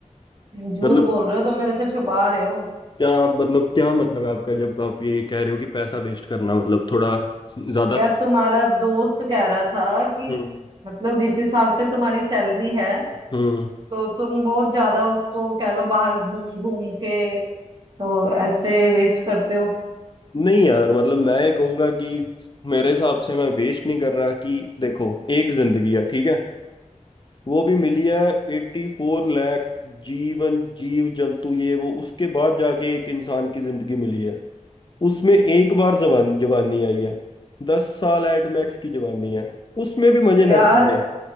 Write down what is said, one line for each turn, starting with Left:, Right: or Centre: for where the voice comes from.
Right: झूठ
Left: मतलब
Right: बोल रहे हो तो मेरे से छुपा रहे हो
Left: क्या आप मतलब क्या मतलब आपका जब आप ये कह रहे हो कि पैसा वेस्ट करना मतलब थोड़ा ज्यादा
Right: यार तुम्हारा दोस्त कह रहा था कि
Left: हम्म
Right: मतलब जिस हिसाब से तुम्हारी सैलरी है
Left: हम्म
Right: तो तुम बहुत ज्यादा उसको कह लो बाहर घूम घूम के तो ऐसे वेस्ट करते हो
Left: नहीं यार मतलब मैं ये कहूंगा कि मेरे हिसाब से मैं वेस्ट नहीं कर रहा कि देखो एक जिंदगी है ठीक है वो भी मिली है एट्टी फोर लाख जीवन जीव जंतु ये वो उसके बाद जाके एक इंसान की जिंदगी मिली है उसमें एक बार जवान जवानी आई है दस साल एट मैक्स की जवानी है उसमें भी मजे
Right: यार
Left: ना किए